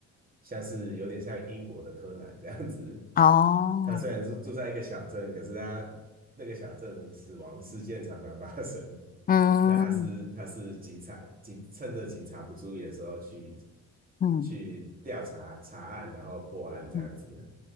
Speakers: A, on the right (about 30°); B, on the left (about 30°).
A: 像是有点像英国的柯南这样子。
B: 哦，
A: 他虽然住住在一个小镇，可是他那个小镇死亡事件常常发生。
B: 嗯
A: 那他是他是警察，警趁着警察不注意的时候去
B: 嗯。
A: 去调查查案，然后破案这样子。
B: 嗯